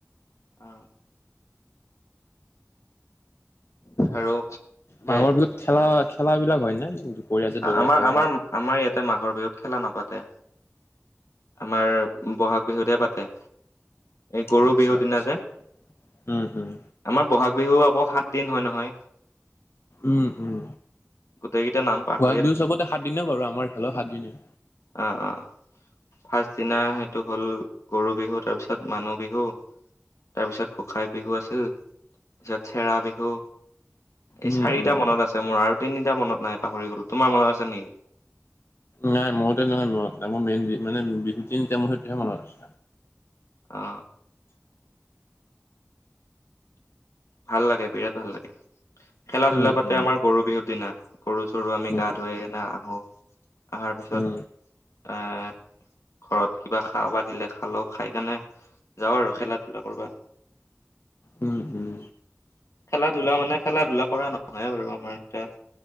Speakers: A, on the left (about 80°); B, on the left (about 55°).
A: অ। আৰু সেই
B: মাঘৰ বিহুত খেলা খেলা বিলাক হয় নে? দুপৰীয়া যে দৌৰা
A: আমাৰ
B: খেলা
A: আমাৰ আমাৰ ইয়াতে মাঘৰ বিহুত খেলা নাপাতে। আমাৰ বহাগ বিহুতে পাতে। এই গৰু
B: আচ্ছা
A: বিহুৰ দিনা
B: আচ্ছা
A: যে
B: উম উম
A: আমাৰ বহাগ বিহু আকৌ সাত দিন হয় নহয়।
B: উম উম।
A: গোটেইকেইটা নাম পাহৰিয়ে
B: বহাগ বিহু
A: থাকিলো
B: চবতে সাত দিনে বাৰু আমাৰ ইফালেও সাত দিনে।
A: আঁহ' আঁহ'। ফাৰ্ষ্ট দিনা সেইটো হ'ল গৰু বিহু তাৰপিছত মানুহ বিহু তাৰপিছত গোঁসাই বিহু আছিল তাৰপিছত চেৰা বিহু। এই
B: উম
A: চাৰিটা
B: উম
A: মনত আছে মোৰ আৰু তিনিটা মনত নাই পাহৰি গ'ল তোমাৰ মনত আছে নেকি
B: নাই মইতে নহয় ম মোৰ মেইন মানে বিহু তিনিটা মোৰ সেইটোহে মনত আছে
A: অ ভাল লাগে বিৰাট ভাল লাগে খেলা
B: উম
A: ধূলা পাতে
B: উম
A: আমাৰ গৰু বিহুৰ দিনা গৰু চৰু আমি
B: উম
A: গা ধুৱাই কিনে আহো আহাৰ পিছত
B: উম
A: এ ঘৰত কিবা খাব দিলে খালো খাই কেনে যাওঁ আৰু খেলা ধূলা কৰবা
B: উম, উম,
A: খেলা ধূলা মানে খেলা ধূলা কৰা নহয় বাৰু আমাৰ এতিয়া